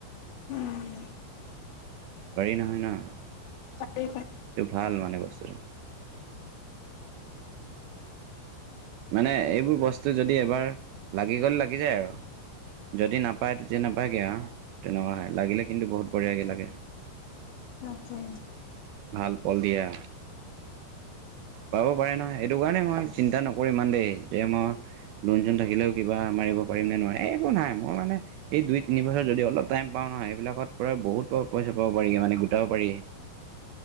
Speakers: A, on the left; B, on the right.
A: উম
B: পাৰি নহয় ন'?
A: পাৰি-পাৰি।
B: এইটো ভাল মানে বস্তুটো। মানে এইবোৰ বস্তু যদি এবাৰ লাগি গ'লে লাগি যায় আৰু, যদি নাপায় যে, নাপায়গে আও তেনেকুৱা হয়, লাগিলে কিন্তু বহুত বঢ়িয়াকে লাগে।
A: তাকে।
B: ভাল পল দিয়া। পাব পাৰে নহয়, সেইটো কাৰণে মই চিন্তা নকৰো ইমান দেই, যে মই লোন যোন থাকিলেও কিবা মাৰিব পাৰিম নে নোৱাৰে, এইবোৰ নাই মোৰ মানে এই দুই তিনি বছৰত যদি অলপ টাইম পাওঁ নহয়, এইবিলাকত পৰা বহুত পইচা পাব পাৰি, মানে গোটাব পাৰি।